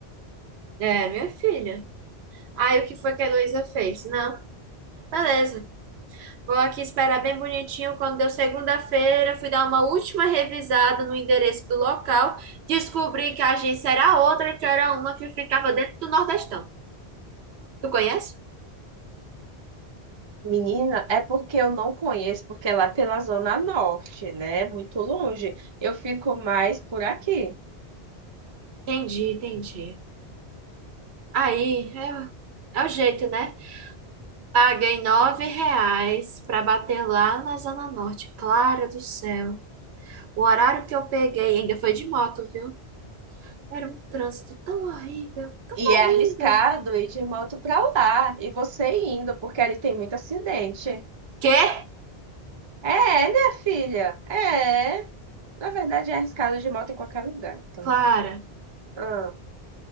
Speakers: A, on the right; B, on the right.
A: É, minha filha. Aí o que foi que a Heloísa fez? Não, beleza. Vou aqui esperar bem bonitinho. Quando deu segunda-feira, fui dar uma última revisada no endereço do local. Descobri que a agência era outra, que era uma que ficava dentro do Nordestão. Tu conhece?
B: Menina, é porque eu não conheço, porque é lá pela Zona Norte, né? Muito longe. Eu fico mais por aqui.
A: Entendi, entendi. Aí, é, o- é o jeito, né? Paguei nove reais pra bater lá na Zona Norte. Clara do céu. O horário que eu peguei ainda foi de moto, viu? Era um trânsito tão horrível, tão
B: E
A: horrível.
B: é arriscado ir de moto pra lá e você indo, porque ali tem muito acidente.
A: Quê?
B: É, minha filha, é. Na verdade, é arriscado de moto em qualquer lugar, então.
A: Clara,
B: Ah.